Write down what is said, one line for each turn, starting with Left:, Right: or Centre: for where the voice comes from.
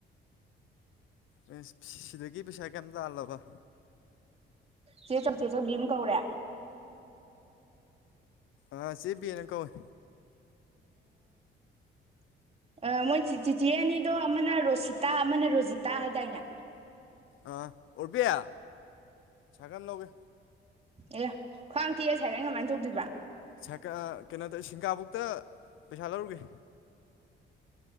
Left: ꯑꯦ ꯁꯤꯗꯒꯤ ꯄꯩꯁꯥ ꯀꯩꯝ ꯇꯥꯜꯂꯕ
Right: ꯆꯦ ꯆꯧ ꯆꯦ ꯆꯧꯤ ꯑꯗꯨꯝ ꯀꯧꯔꯦ
Left: ꯑ ꯁꯤꯦ ꯄꯤꯅ ꯀ ꯑꯣꯏ
Right: ꯎꯝ ꯃꯣꯏ ꯆꯤꯆꯦ ꯑꯅꯤꯗꯣ ꯑꯃꯅ ꯔꯣꯁꯤꯇꯥ ꯑꯃꯅ ꯔꯣꯖꯤꯇꯥ ꯍꯥꯏꯗꯥꯏꯅꯦ
Left: ꯑ ꯑꯣꯠꯕꯤꯌꯥ ꯁꯒꯝ ꯂꯧꯒꯦ
Right: ꯑꯦ ꯈ꯭ꯋꯥꯡ ꯇꯤꯁꯥꯏꯔꯩꯅ ꯀꯃꯥꯏꯅ ꯇꯧꯗꯣꯏꯕ
Left: ꯁ ꯀꯩꯅꯣꯗ ꯁꯤꯡꯒꯥꯕꯧꯇ ꯄꯩꯁꯥ ꯂꯧꯔꯨꯒꯦ